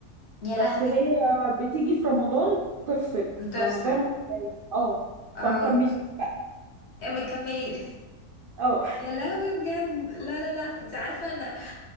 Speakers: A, on the left; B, on the right.
A: يا لهوي
B: بس هي بتيجي في رمضان تفصل
A: بتفصل
B: في رمضان وهو جاي اه
A: اه
B: فمكمل بقى.
A: مكملين
B: اه
A: يا لهوي بجد لا لا لا انت عارفه انا